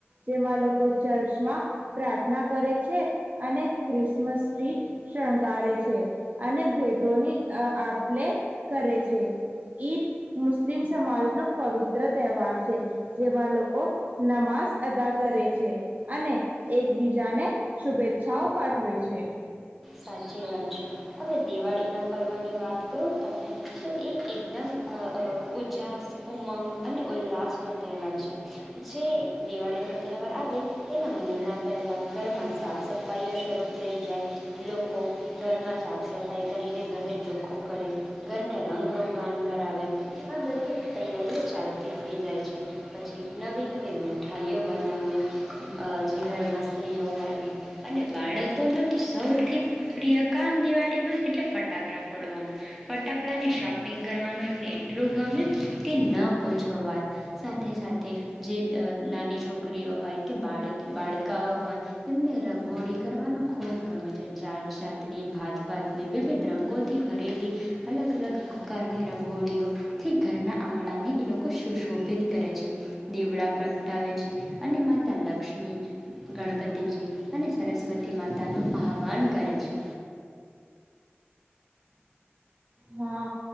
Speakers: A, on the right (about 40°); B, in the centre.
A: જેમાં લોકો ચર્ચમાં પ્રાર્થના કરે છે અને ક્રિસમસ ટ્રી શણગારેારે છે અને ભેટોની આપલે કરે છે. ઈદ મુસ્લિમ સમાજ નો પવિત્ર તહેવાર છે. જેમાં લોકો નમાઝ અદા કરે છે. અને એકબીજાને શુભેચ્છાઓ પાઠવે છે.
B: સાચી વાત છે. હવે દિવાળી ના પર્વ ની વાત કરું તમને તો એ એકદમ ઉૂજ્જાસ ઉમંગ અને ઉલ્લાસનો તહેવાર છે. જે દિવાળી નો તહેવાર આવે એના મહિના પહેલા ઘરમાં સાફ સફાઈઓ શરૂ થઈ જાય. લોકો ઘરમાં સાફ સફાઈ કરીને ઘરને ચોખ્ખું કરે ઘરને રંગ રોગણ કરાવે આ બધી તૈયારીઓ ચાલતી થઈ જાય છે પછી નવી નવી મીઠાઈઓ બનાવે જે ઘરમાં સ્ત્રીઓ હોય એ અને બાળકોને તો સૌ થી પ્રિય કામ દિવાળીમાં એટલે ફટાકડા ફોડવાનું ફટાકડાને શોપિંગ કરવાનું એમને એટલું ગમે કે ન પૂછ અ વાત સાથે સાથે જે નાની છોકરીઓ હોય કે બાળ બાળકાઓ, હોય એમને રંગોળી કરવાનું ખૂબ ગમે જાત જાતની ભાત ભાત ની વિવિધ રંગો થી ભરેલી અલગ અલગ આકારની રંગોળીઓ થી ઘરના આંગણાને એ લોકો સુશોભિત કરે છે, દેવડા પ્ર ગટાવે છે, અને માતા લક્ષ્મી, ગણપતિજી. અને સરસ્વતી માતા નો આહ આવન કરે છે.
A: હા